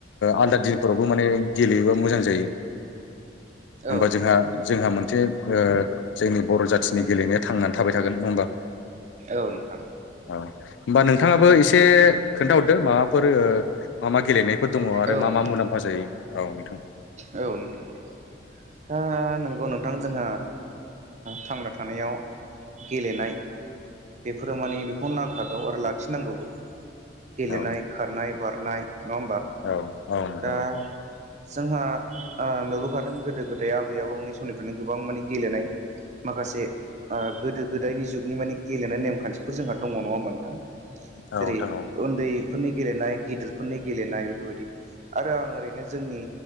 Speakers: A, on the left; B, on the right.
A: आलदा दिनफोरावबो माने गेलेयोबा मोजां जायो-
B: औ
A: होमबा
B: नोंथां
A: जोंहा जोंहा मोनसे जोंनि बर' जाथिनि गेलेनाया थांनानै थाबाय थागोन नङा होमबा?
B: औ नोंथां
A: औ होमबा नोंथाङाबो एसे खोन्थाहरदो माबाफोर मा मा गेलेनायफोर दङ आरो
B: औ
A: मा
B: नोंथां
A: मा मुलाम्फा जायो? औ नोंथांखौ
B: औ नोंथां दा नों औ नोंथां जोंहा थांना थानायाव गेलेनाय बेफोरो माने बेखौ नांखागौ आरो लाखिनांगौबो। गेलेनाय
A: औ
B: खारनाय बारनाय नङा हबा
A: औ औ नोंथां
B: दा
A: औ
B: जोंहा नुबोखादों गोदो गोदाय आबै आबौनि समनिफ्रायनो गोबां मानिे गेलेनाय माखासे गोदो गोदायनि जुगनि माने गेलेनाय नेमखान्थिफोर जोंहा दङ नङा होमा नोंथां
A: औ
B: जेरै
A: नोंथां औ
B: उन्दै फोरनि गेलेनाय गेदिरफोरनि गेलेनाय बेफोरबायदि आरो आं ओरैनो जोंनि